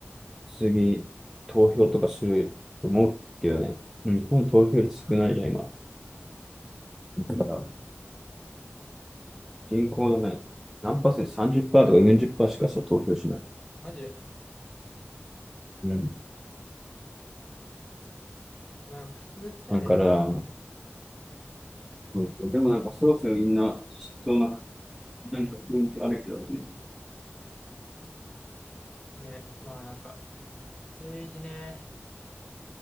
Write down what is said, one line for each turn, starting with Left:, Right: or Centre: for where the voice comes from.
Centre: 次、投票とかすると思うけどね。日本投票率少ないじゃん、今。だから人口のない何パーセント、30%とか40%しかさ、投票しないじ
Left: マジで
Centre: ゃん。
Left: なんか複雑だよね。
Centre: うん。だから、うんでもなんかそろそろみんな、しそうな、なんか雰囲気あるけどね。
Left: ね、まあなんか、政治ね、